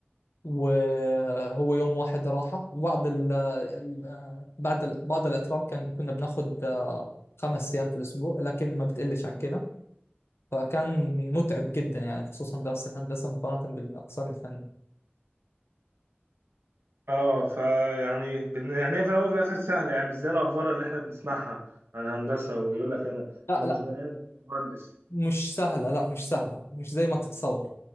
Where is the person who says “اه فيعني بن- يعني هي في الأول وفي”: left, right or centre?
Right